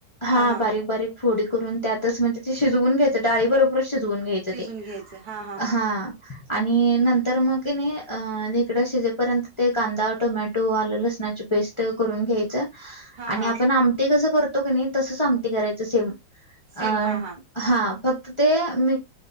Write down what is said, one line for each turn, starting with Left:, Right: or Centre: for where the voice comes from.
Right: हा
Left: हां
Right: हा
Left: बारी बारीक फोडी करून त्यातचं म्हणजे ते शिजवून घ्यायचं डाळी बरोबर. शिजवून घ्यायचं
Right: शिजून
Left: ते
Right: घ्यायचं हा हा हा
Left: हां. आणि नंतर मग नाही अ इकडे शिजेपर्यंत ते कांदा, टोमॅटो आलं लसणाची पेस्ट करून घ्याय
Right: हा
Left: आणि
Right: हा
Left: आपण आमटी कस करतो की नाही तसचं आमटी करायचं सेम
Right: सेम
Left: अं
Right: हा
Left: हा फक्त ते म